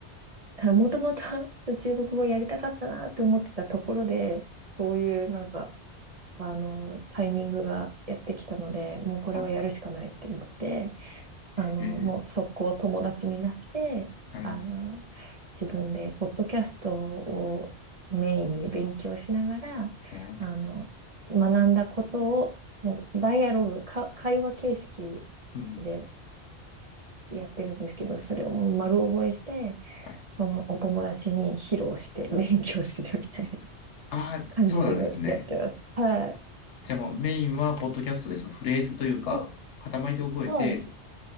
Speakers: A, on the right; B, on the left.
A: もともと <laughs> 中国語やりたかったなって思ってたところで、そういうなんか、あの、タイミングがやってきたので、もうこれをやるしかないって言って、
B: あ、
A: あの、
B: えー、
A: もう速攻友達になって、
B: はい、
A: あの、自分でポッドキャストをメインに勉強しながら、
B: お、う
A: あの、学んだことを、もうダイアログ、か、会話形式
B: ん、
A: でやってるんですけど、それをもう丸覚えして、
B: はい。
A: そのお友達に披露して勉強するみたいな
B: ああそうなんですね。
A: 感じで今やってます。はい。
B: じゃあもうメインは、ポッドキャストで、そのフレーズというか、
A: うん、
B: 塊で覚えて、
A: そうです。